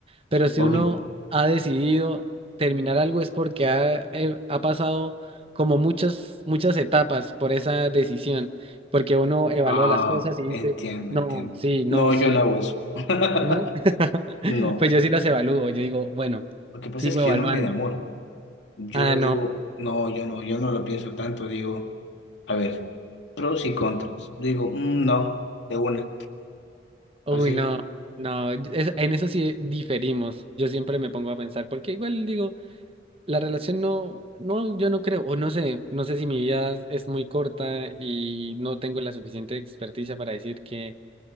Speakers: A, on the right; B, on the left.
A: Pero si
B: obvio.
A: uno ha decidido terminar algo es porque ha, eh, ha pasado como muchas, muchas etapas por esa decisión, porque uno evalúa
B: Ah,
A: las cosas y dice,
B: entiendo,
A: no,
B: entiendo.
A: sí, no,
B: No,
A: sí,
B: yo no hago eso. <laughs>
A: no. <laughs>
B: No.
A: Pues yo sí las evalúo, yo digo, bueno,
B: Lo que pasa
A: sigo
B: es que
A: evaluando.
B: yo no me demoro. Yo
A: Ah, no,
B: digo, no, yo no, yo no lo pienso tanto. Digo, a ver, pros y contras. Digo, "Mm, no, de una.
A: uy,
B: Así.
A: no, no, es- en eso sí diferimos. Yo siempre me pongo a pensar, porque igual digo, la relación no, no, yo no creo, o no sé, no sé si mi vida es muy corta y no tengo la suficiente experticia para decir que